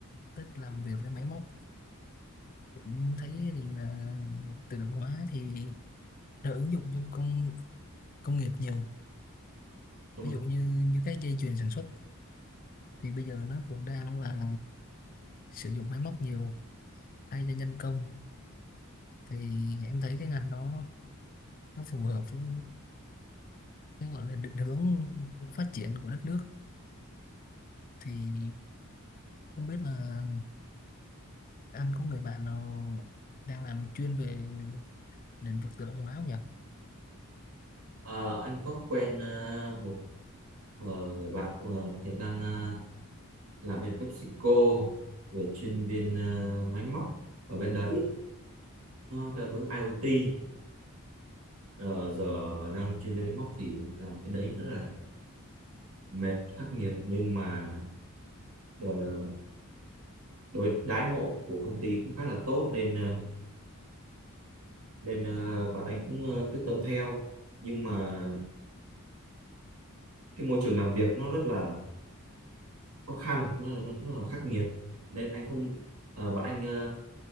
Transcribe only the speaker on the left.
thích làm việc với máy móc cũng thấy thì là tự động hóa thì đã ứng dụng trong công công nghiệp nhiều
ví
dụ như như các dây chuyền sản xuất thì bây giờ nó cũng đang là sử dụng máy móc nhiều thay cho nhân công thì em thấy cái ngành đó nó phù hợp với cái gọi là định hướng phát triển của đất nước thì không biết là anh có người bạn nào đang làm chuyên về lĩnh vực tự động hóa không nhỉ?